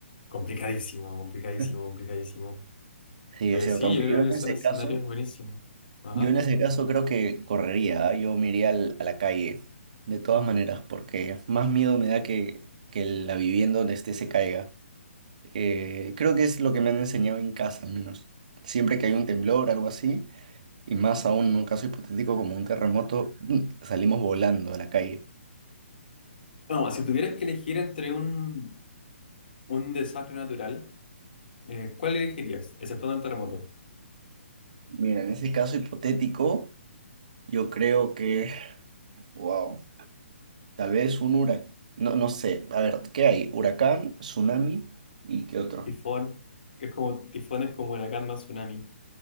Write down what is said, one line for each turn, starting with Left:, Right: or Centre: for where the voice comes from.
Left: complicadísimo, complicadísimo,
Right: <laughs>
Left: complicadísimo.
Right: Sí,
Left: Pero
Right: es cierto.
Left: sí,
Right: Aunque
Left: yo creo
Right: yo
Left: que
Right: en
Left: son
Right: ese
Left: escenarios
Right: caso,
Left: buenísimos. Ajá.
Right: yo en ese caso creo que correría, ¿ah? Yo me iría al- a la calle, de todas maneras, porque más miedo me da que, que la vivienda donde esté se caiga. Eh, creo que es lo que me han enseñado en casa, al menos. Siempre que hay un temblor, algo así, y más aún en un caso hipotético como un terremoto, mm, salimos volando a la calle.
Left: No, si tuvieras que elegir entre un, un desastre natural, eh, ¿cuál elegirías? Excepto un terremoto.
Right: Mira, en ese caso hipotético, yo creo que, wow. Tal vez un huracán. No, no sé. A ver, ¿qué hay? Huracán, tsunami y qué otro.
Left: Tifón, que es como, tifón es como huracán más tsunami.